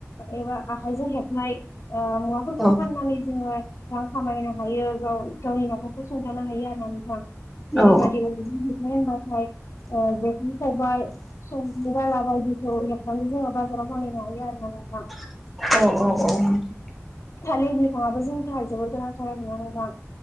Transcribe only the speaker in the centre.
औ
औ
औ औ औ